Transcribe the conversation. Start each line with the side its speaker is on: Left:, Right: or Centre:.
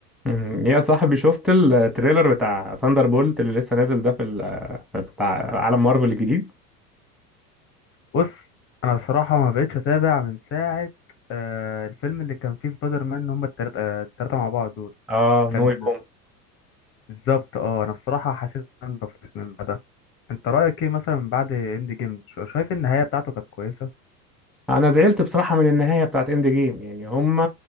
Centre: مم. يا صاحبي شفت التريلر بتاع ثاندر بولت اللي لسه نازل ده في ال- بتاع عالم مارفل الجديد
Left: بص انا بصراحه ما بقتش اتابع من ساعه آه الفيلم اللي كان فيه سبايدر مان هم التلاته آه التلاته مع بعض دول
Centre: اه
Left: كان
Centre: نو واي هوم
Left: بالظبط اه انا بصراحه حسيت ان انا طفيت من ده انت رايك ايه مثلا من بعد اند جيم شايف النهايه بتاعته كانت كويسه
Centre: انا زعلت بصراحه من النهايه بتاعت اند جيم يعني هما